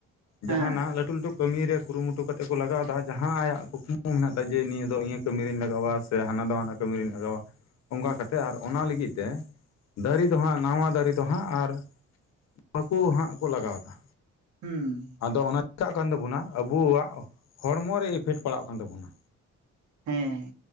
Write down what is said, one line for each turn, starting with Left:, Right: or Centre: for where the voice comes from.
Right: ᱦᱮᱸ
Left: ᱡᱟᱦᱟᱸᱱᱟᱜ ᱞᱟᱹᱴᱩ ᱞᱟᱹᱴᱩ ᱠᱟᱹᱢᱤ ᱨᱮ ᱠᱩᱨᱩ ᱢᱩᱴᱩ ᱠᱚᱛᱮ ᱠᱚ ᱞᱟᱜᱟᱣ ᱮᱫᱟ, ᱡᱟᱦᱟᱸ ᱟᱭᱟᱜ ᱠᱩᱠᱢᱩ ᱢᱮᱱᱟᱜ ᱛᱟᱭ, ᱡᱮ ᱱᱤᱭᱟᱹ ᱫᱚ ᱤᱭᱟᱹ ᱠᱟᱹᱢᱤ ᱨᱤᱧ ᱞᱟᱜᱟᱣᱟ ᱥᱮ ᱦᱟᱱᱟ ᱫᱚ ᱦᱟᱱᱟ ᱠᱟᱹᱢᱤ ᱨᱤᱧ ᱞᱟᱜᱟᱣᱟ, ᱚᱸᱠᱟ ᱠᱟᱛᱮᱜ ᱟᱨ ᱚᱱᱟ ᱞᱟᱹᱜᱤᱫ ᱛᱮ ᱫᱟᱨᱤ ᱫᱚ ᱦᱟᱸᱜ ᱱᱟᱣᱟ ᱫᱟᱨᱤ ᱫᱚ ᱦᱟᱸᱜ ᱟᱨ ᱵᱟᱹᱠᱩ ᱦᱟᱸᱜ ᱠᱚ ᱞᱟᱜᱟᱣ ᱮᱫᱟ᱾
Right: ᱦᱩᱸ,
Left: ᱟᱫᱚ ᱚᱱᱟ <unintelligible> ᱠᱟᱜ ᱠᱟᱱ ᱛᱟᱹᱵᱩᱱᱟ ᱟᱹᱵᱩᱣᱟᱜ ᱦᱚᱲᱢᱚ ᱨᱮ ᱤᱯᱷᱮᱠᱴ ᱯᱟᱲᱟᱜ ᱠᱟᱱ ᱛᱟᱵᱩᱱᱟ᱾
Right: ᱦᱮᱸ